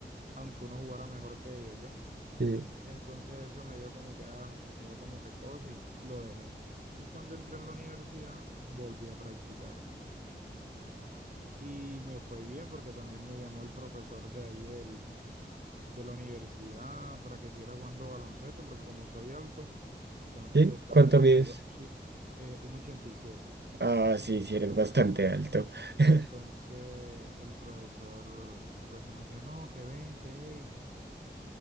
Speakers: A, on the right; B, on the right.
A: aunque uno jugara mejor que ellos, ¿ya?
B: Eh,
A: Entonces eso me dio como que, ah, me dio como que cosa y lo dejé. Y cuando entré en la universidad, volví a practicar. Y me fue bien porque también me llamó el profesor de ahí del, de la universidad para que siguiera jugando baloncesto, porque como soy alto, entonces
B: ¿sí?
A: está-
B: ¿Cuánto
A: nos
B: mides?
A: iba, sí, eh, uno ochenta y siete
B: Ah, sí,
A: Entonces,
B: sí, eres bastante alto.
A: en-
B: <laughs>
A: entonces el profesor, el profesor me decía, no, que vente, hey.